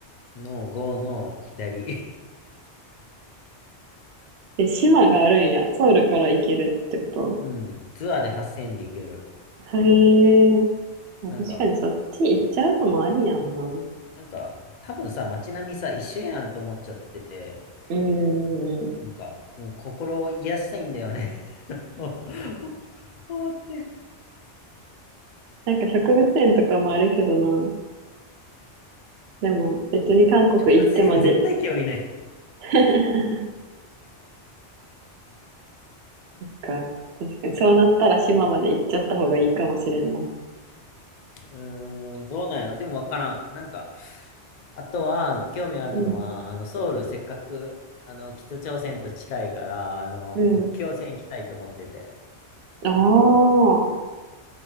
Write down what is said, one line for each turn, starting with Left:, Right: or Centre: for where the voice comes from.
Left: の悟の左。
Right: え、島があるんや。ソウルから行けるってこと
Left: <laughs> うん。ツアーで8000でいける。
Right: へえ。まあ、
Left: なんか、
Right: 確かにそっち行っちゃうのもありやんな。うん
Left: なんか、多分さ、街並みさ、一緒やんと思っちゃってて、
Right: うんうん。
Left: なんか、もう心を癒したいんだよね <laughs> と思って。
Right: なんか植物園とかもあるけどな。でも別に韓国行ってまで。
Left: <laughs> 植物園絶対興味ない。
Right: <laughs> か。確かにそうなったら島まで行っちゃった方がいいかもしれんな。
Left: うーん、どうなんやろ。でもわからん。なんか、あとは、興味あるのは、
Right: うん。
Left: あの、ソウル、せっかく、あの、北朝鮮と近いから、あの、
Right: うん。
Left: 国境線行きたいと思ってて。
Right: あ